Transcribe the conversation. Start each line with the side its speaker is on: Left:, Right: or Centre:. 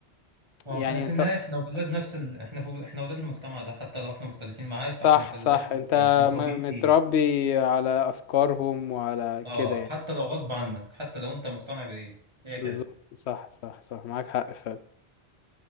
Right: ما
Left: يعني
Right: هو في في
Left: انت
Right: النهايه احنا ولاد نفس ال... احنا في... احنا ولاد المجتمع ده حتى لو احنا مختلفين معاه
Left: صح
Right: فاحنا في
Left: صح
Right: الاخر
Left: انت
Right: متربيين
Left: م-
Right: فيه
Left: متربي على افكارهم وعلى
Right: اه
Left: كده يعني
Right: حتى لو غصب عنك حتى لو انت مقتنع بايه هي
Left: بالظبط
Right: كده
Left: صح صح صح معاك حق فعلا